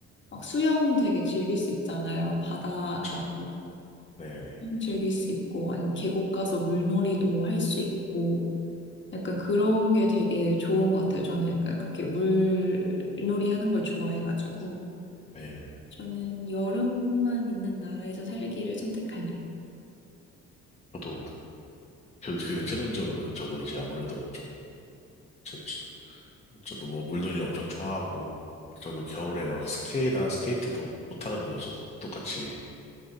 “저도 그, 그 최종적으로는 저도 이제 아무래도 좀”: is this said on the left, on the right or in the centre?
Left